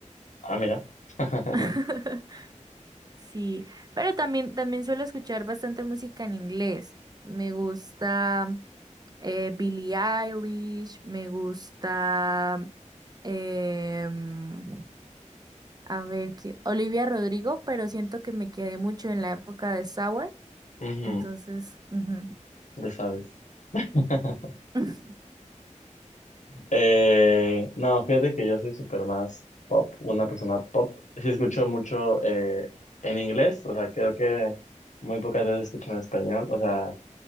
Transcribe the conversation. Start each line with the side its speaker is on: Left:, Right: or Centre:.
Left: Ah, mira. <laughs>
Right: <laughs> Sí, pero también, también suelo escuchar bastante música en inglés. Me gusta eh, Billie Eilish, me gusta, em, a ver, ¿qué? Olivia Rodrigo, pero siento que me quedé mucho en la época de Sour,
Left: Ujú,
Right: entonces, ujú.
Left: ya sabes. <laughs>
Right: <laughs>
Left: Eh, no, fíjate que yo soy súper más pop, una persona pop. Sí escucho mucho eh, en inglés, o sea, creo que muy pocas veces escucho en español. O sea,